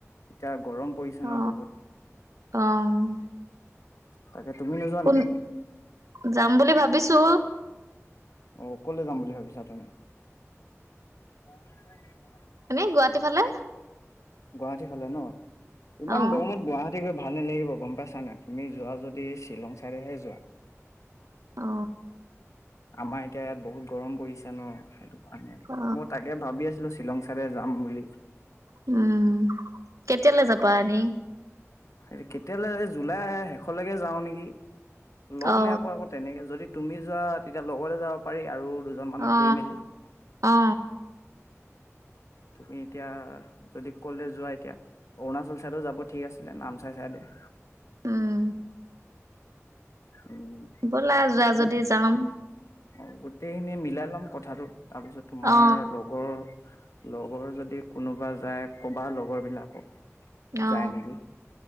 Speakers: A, on the left; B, on the right.
A: এতিয়া গৰম- পৰিছে
B: অ
A: ন' বহুত।
B: অ'।
A: তাকে, তুমি নোযোৱা
B: কোন
A: নেকি?
B: যাম বুলি ভাবিছো
A: অহ, ক'লে যাম বুলি ভাবিছা তুমি? <unintelligible>
B: এনে গুৱাহাটী ফালে।
A: গুৱাহাটী ফালে ন'। ইমান
B: অ
A: গৰমত গুৱাহা টী গৈ ভাল নেলাগিব, গ'ম পাইছা নে নাই? তুমি যোৱা যদি শ্বিলং চাইডেহে যোৱা।
B: অ
A: আমাৰ এতিয়া ইয়াত বহুত গৰম পৰিছে ন', সেইটো কাৰণে।
B: অ
A: মই তাকে ভাবি আছিলোঁ শ্বিলং চাইদে যাম বুলি।
B: উম, কেতিয়ালে যাবা এনে?
A: এই কেতিয়ালে জুলাই শেষলৈকে যাওঁ নেকি। লগ
B: অ
A: নাই পোৱা আকৌ তেনেকে। যদি তুমি যোৱা, তেতিয়া লগতে যাব পাৰি আৰু দুজনমানক
B: অ
A: কৈ মেলি।
B: অ
A: তুমি এতিয়া যদি, ক'লে যোৱা এতিয়া? অৰুণাচল চাইডও যাব ঠিক আছ ছিলে নামচাই চাইদে।
B: উম
A: উম।
B: বলা, যোৱা
A: তুমি
B: যদি যাম।
A: অ', গোটেইখিনি মিলাই ল'ম কথাটো। তাৰপিছত তোমাৰ
B: অ
A: লগৰ লগৰ যদি কোনোবা যায়, ক'বা লগৰবিলাকক,
B: অ
A: যায় নেকি।